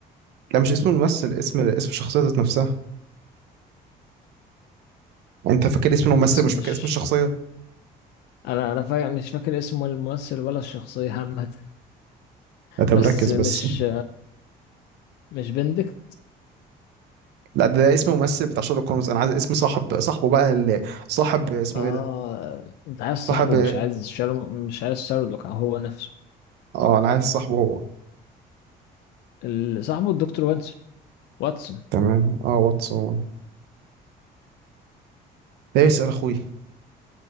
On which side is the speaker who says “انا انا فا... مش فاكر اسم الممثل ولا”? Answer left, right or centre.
Left